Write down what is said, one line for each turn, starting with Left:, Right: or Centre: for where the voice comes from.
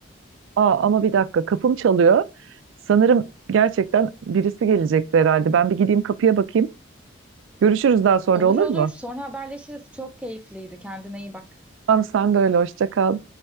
Right: Aa, ama bir dakika kapım çalıyor. Sanırım gerçekten birisi gelecekti herhalde. Ben bir gideyim kapıya bakayım. Görüşürüz daha sonra
Centre: Olur
Right: olur
Centre: olur.
Right: mu?
Centre: Sonra haberleşiriz. Çok keyifliydi. Kendine iyi bak.
Right: Tamam sen de öyle. Hoşça kal.